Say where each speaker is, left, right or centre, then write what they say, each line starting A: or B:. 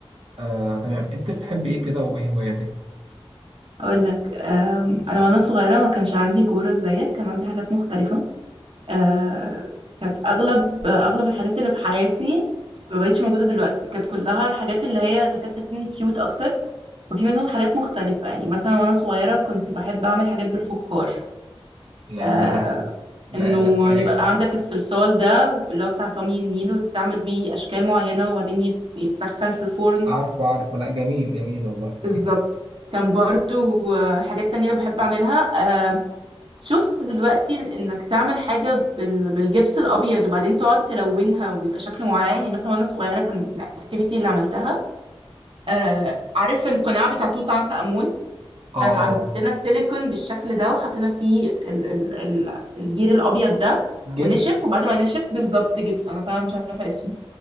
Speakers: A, on the right; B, on the right.
A: آه تمام انت بتحب ايه كده وايه هواياتك
B: اقول لك أم، انا وانا صغيره ما كانش عندي كوره زيك كان عندي حاجات مختلفه أه، كانت اغلب اغلب الحاجات اللي في حياتي ما بقتش موجوده دلوقتي كانت كلها الحاجات اللي هي تكاد تكون كيوت اكتر وفي منهم حاجات مختلفه يعني مثلا وانا صغيره كنت بحب اعمل حاجات بالفخار
A: ياه
B: أه،
A: لا
B: انه
A: لا رايق.
B: يبقى عندك الصلصال ده اللي هو بتاع طمي النيل وتعمل بيه اشكال معينه وبعدين يت- يتسخن في الفرن
A: عارفه عارفه لا جميل جميل والله
B: بالظبط كان برضو آه، حاجات تانية اللي بحب أعملها آه، شفت دلوقتي انك تعمل حاجة بال... بالجبس الابيض وبعدين تقعد تلونها ويبقى شكل معين يعني مثلا وانا صغيرة كان الاكتيفيتي اللي عملتها آه... عارف القناع بتاع توت عنخ آمون
A: اه
B: كان عندنا
A: اه
B: السيليكون بالشكل ده وحطينا فيه ال... ال... ال... الجير الابيض ده
A: جبس
B: ونشف وبعد ما نشف بالظبط جبس انا فعلا مش عارفة اسمه